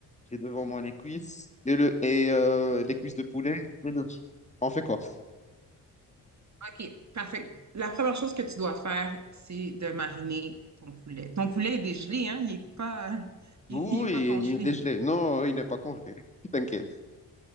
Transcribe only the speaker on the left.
j'ai devant moi les cuisses et le et euh, les cuisses de poulet et le riz. On fait quoi?
Oui,
il est dégelé. Non, il n'est pas congelé. <laughs> T'inquiète.